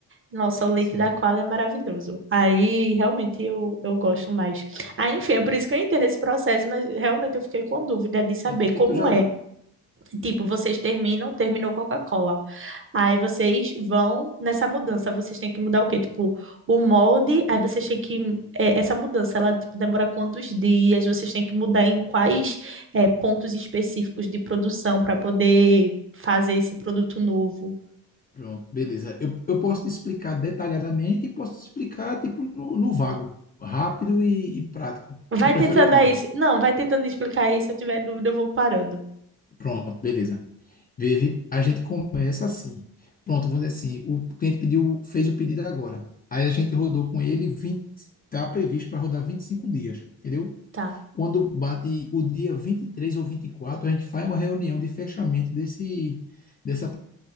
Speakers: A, on the right (about 30°); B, on the left (about 25°).
A: Nossa, o leite
B: Sim.
A: da Qualy é maravilhoso. Aí, realmente, eu, eu gosto mais. Aí, enfim, é por isso que eu entendo esse processo, mas realmente eu fiquei com dúvida de saber
B: É porque
A: como
B: tu já
A: é. Tipo, vocês terminam, terminou Coca-Cola. Aí vocês vão nessa mudança, vocês têm que mudar o quê? Tipo, o molde, aí vocês têm que. é, essa mudança, ela tipo, demora quantos dias? Vocês têm que mudar em quais é, pontos específicos de produção para poder fazer esse produto novo.
B: Pronto, beleza. Eu, eu posso te explicar detalhadamente e posso te explicar, tipo, no, no vago, rápido e, e prático.
A: Vai
B: Tu prefere
A: tentando
B: qual?
A: aí. se- Não, vai tentando explicar aí. Se eu tiver dúvida, eu vou parando.
B: Pronto, beleza. Vive, a gente começa assim. Pronto, vamos dizer assim, o cliente pediu, fez o pedido agora. Aí a gente rodou com ele 20, tá previsto para rodar 25 dias, entendeu?
A: Tá.
B: Quando bate o dia 23 ou 24, a gente faz uma reunião de fechamento desse, dessa